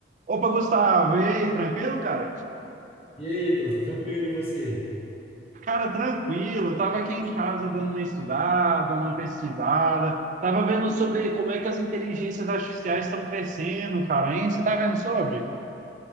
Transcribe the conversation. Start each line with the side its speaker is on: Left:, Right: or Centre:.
Right: Opa, Gustavo, e aí, tranquilo, cara?
Left: E aí, Heitor, tô tranquilo e você?
Right: Cara, tranquilo, eu tava aqui em casa dando uma estudada, uma pesquisada, tava vendo sobre como é que as inteligências artificiais estão crescendo, cara, hein? Você tá vendo sobre?